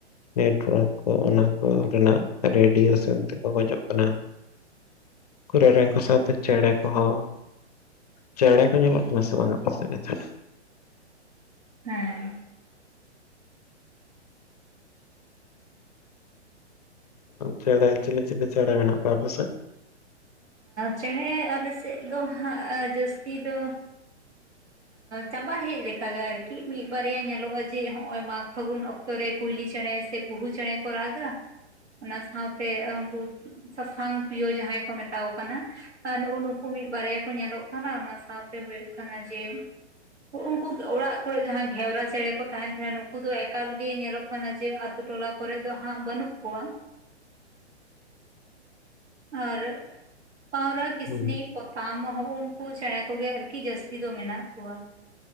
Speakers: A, on the left; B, on the right.
A: network ᱠᱚ ᱚᱱᱟ ᱠᱚ ᱨᱮᱱᱟᱜ ᱨᱮᱰᱤᱭᱮᱥᱚᱱ ᱛᱮᱠᱚ ᱜᱚᱡᱚᱜ ᱠᱟᱱᱟ᱾ ᱩᱱᱠᱩ ᱨᱮᱨᱮᱧ ᱠᱚ ᱥᱟᱣᱛᱮ ᱪᱮᱬᱮ ᱠᱚ ᱦᱚ᱾ ᱪᱮᱲᱮ ᱠᱚ ᱧᱮᱞᱚᱜ ᱠᱟᱱᱟ ᱥᱮ ᱵᱟᱝ ᱟᱯᱮ ᱥᱮᱫ ᱱᱮᱛᱟᱨ?
B: ᱦᱮᱸ ᱾
A: ᱪᱮᱲᱮ ᱪᱤᱞ ᱪᱤᱞ ᱪᱮᱲᱮ ᱢᱮᱱᱟᱜᱼᱟ ᱠᱚᱣᱟ ᱟᱯᱮᱥᱮᱫ?
B: ᱪᱮᱬᱮ ᱟᱞᱮ ᱥᱮᱫ ᱫᱚ ᱦᱟᱸᱜ ᱡᱟᱹᱥᱛᱤ ᱫᱚ ᱪᱟᱵᱟ ᱦᱮᱡ ᱞᱮᱠᱟ ᱜᱮ ᱟᱨᱠᱤ᱾ ᱢᱤᱫ ᱵᱟᱨᱭᱟ ᱧᱮᱞᱚᱜᱼᱟ ᱡᱮ ᱦᱚᱸᱜᱼᱚᱭ ᱢᱟᱜᱽ-ᱯᱷᱟᱹᱜᱩᱱ ᱠᱚ ᱨᱮ ᱠᱩᱸᱭᱞᱤ ᱪᱮᱬᱮ ᱥᱮ ᱠᱩᱦᱩ ᱪᱮᱬᱮ ᱠᱚ ᱨᱟᱜᱽ ᱟ᱾ ᱚᱱᱟ ᱥᱟᱶᱛᱮ ᱩᱱᱠᱩ ᱥᱟᱥᱟᱝ ᱯᱤᱭᱳ ᱡᱟᱦᱟᱸᱭ ᱠᱚ ᱢᱮᱛᱟᱣ ᱠᱟᱱᱟ ᱱᱩᱜᱩ ᱱᱩᱠᱩ ᱢᱤᱫ ᱵᱟᱨᱭᱟ ᱠᱚ ᱧᱮᱞᱚᱜ ᱠᱟᱱᱟ᱾ ᱚᱱᱟ ᱥᱟᱶᱛᱮ ᱦᱩᱭᱩᱜ ᱠᱟᱱᱟ ᱡᱮ ᱩᱱᱠᱩ ᱚᱲᱟᱜ ᱠᱚᱨᱮ ᱡᱟᱦᱟᱸ ᱜᱷᱮᱣᱨᱟ ᱪᱮᱬᱮ ᱠᱚ ᱛᱟᱦᱮᱱ ᱛᱟᱦᱮᱸᱱᱟ᱾ ᱱᱩᱠᱩ ᱫᱚ ᱮᱠᱟᱞ ᱜᱮ ᱧᱮᱞᱚᱜ ᱠᱟᱱᱟ ᱡᱮ ᱟᱹᱛᱩ-ᱴᱚᱞᱟ ᱠᱚᱨᱮ ᱫᱚ ᱦᱟᱸᱜ ᱵᱟᱹᱱᱩᱜ ᱠᱚᱣᱟ᱾ ᱟᱨ ᱯᱟᱣᱨᱟ, ᱠᱤᱥᱱᱤ
A: ᱦᱩᱸ
B: ᱯᱚᱛᱟᱢ ᱦᱚᱸ ᱩᱱᱠᱩ ᱪᱮᱬᱮ ᱠᱚᱜᱮ ᱟᱨᱠᱤ ᱡᱟᱹᱥᱛᱤ ᱫᱚ ᱢᱮᱱᱟᱜ ᱠᱚᱣᱟ᱾